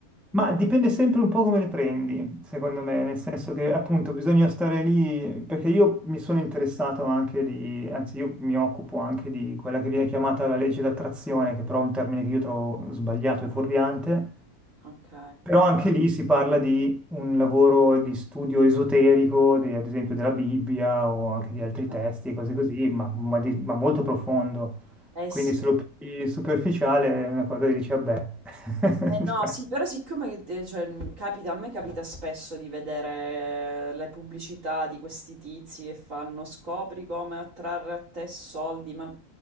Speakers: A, in the centre; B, on the right.
A: ma dipende sempre un po' come le prendi, secondo me, nel senso che appunto bisogna stare lì, perché io mi sono interessato anche di, anzi io mi occupo anche di quella che viene chiamata la legge d'attrazione, che però è un termine che io trovo sbagliato e fuorviante,
B: Ok,
A: Però anche lì si parla di un lavoro di studio esoterico, di- ad esempio della Bibbia o anche di
B: ok.
A: altri testi e cose così, ma, ma di- ma molto profondo.
B: Eh
A: Quindi
B: sì.
A: se lo pigli superficiale è una cosa che dici, vabbè. <laughs>
B: Eh no,
A: Cioè,
B: sì, però siccome eh, cioè, mh, capita, a me capita spesso di vedere eh, le pubblicità di questi tizi che fanno scopri come attrarre a te soldi, ma